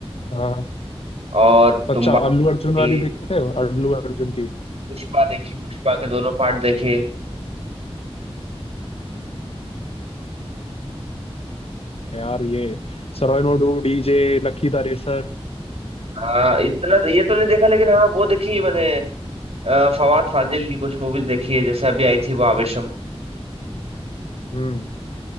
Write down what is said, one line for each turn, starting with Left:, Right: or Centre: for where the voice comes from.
Left: हाँ
Right: और तुम्बाड़
Left: अच्छा अल्लू अर्जुन
Right: थी
Left: वाली देखते हो अल्लू अर्जुन की
Right: पुष्पा देखी पुष्पा के दोनों पार्ट देखे
Left: यार ये सरोज नोडू डीजे लकी द रेसर
Right: आ, इतना ये तो नहीं देखा लेकिन हाँ वो देखी है मैंने अ, फवाद फाजिल की कुछ मूवीज देखी है जैसे अभी आई थी वो आवेशम
Left: हम्म